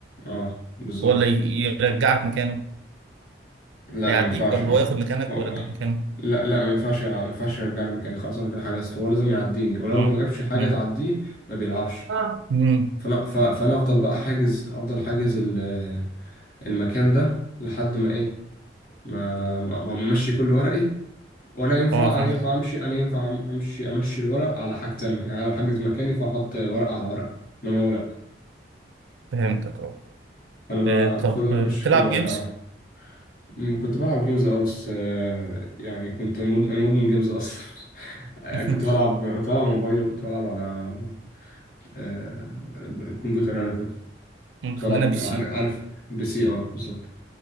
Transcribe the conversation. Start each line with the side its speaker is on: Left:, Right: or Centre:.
Left: أه بالظبط
Right: ولا ي- يرجعك مكانه
Left: لا
Right: هيعديك
Left: ما ينفعش
Right: ولا
Left: ما
Right: هو ياخد مكانك
Left: هو
Right: ويرجعك مكانه
Left: لا لا ما ينفعش يع- ما ينفعش يرجعني مكاني خلاص أنا كده حجزت هو لازم يعديني ولو
Right: امم
Left: ما جابش حاجة
Right: امم
Left: تعديه ما بيلعبش
Right: اه مم.
Left: فانا ف- فانا افضل بقى حاجز افضل حاجز ال- المكان ده لحد ما ايه ما ما- ما امشي كل ورقي وانا ينفع
Right: آه، فاهم
Left: انا ينفع امشي انا ينفع أم- امشي امشي الورق على حاجتين يعني لو حاجز مكاني فاحط ورقه على ورقه انما هو لا
Right: فهمتك اه
Left: فانا
Right: آه، طب
Left: بفضل امشي
Right: آه، بتلعب
Left: كل ورقه
Right: جيمز
Left: اه أمم، كنت بلعب جيمز اه بس آه، يعني كنت مدمن انا مدمن جيمز اصلا <laughs> آه،
Right: <laughs>
Left: كنت بلعب كنت بلعب على موبايل وكنت بلعب على آه، الكمبيوتر انا كنت كنت
Right: خلينا
Left: بلعب
Right: بي سي
Left: عارف بي سي اه بالظبط